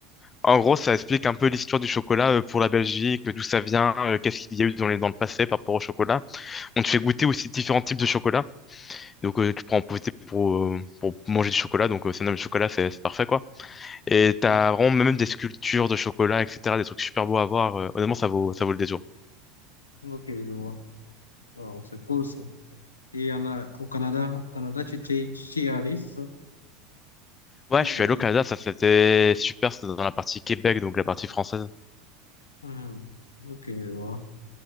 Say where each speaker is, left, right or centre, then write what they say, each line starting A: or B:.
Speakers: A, on the left; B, on the left.
A: En gros, ça explique un peu l'histoire du chocolat euh, pour la Belgique, d'où ça vient, euh, qu'est-ce qu'il y a eu dans les, dans le passé par rapport au chocolat. On te fait goûter aussi différents types de chocolat. Donc euh, tu prends en profiter pour, euh, pour manger du chocolat. Donc euh, ça nomme le chocolat, c'est c'est parfait, quoi. Et t'as
B: Oui.
A: vraiment même des sculptures de chocolat, etc. Des trucs super beaux à voir. euh, honnêtement, ça vaut, ça vaut le détour.
B: Ok, je vois. Alors, c'est cool ça. Et en, a- au Canada, au Canada, tu t'es t'es allé, c'est ça?
A: Ouais,
B: T'es
A: je suis
B: allé.
A: allé au Canada, ça c'était super. C'était dans la partie Québec, donc la partie française.
B: Hmm. Ok, je vois.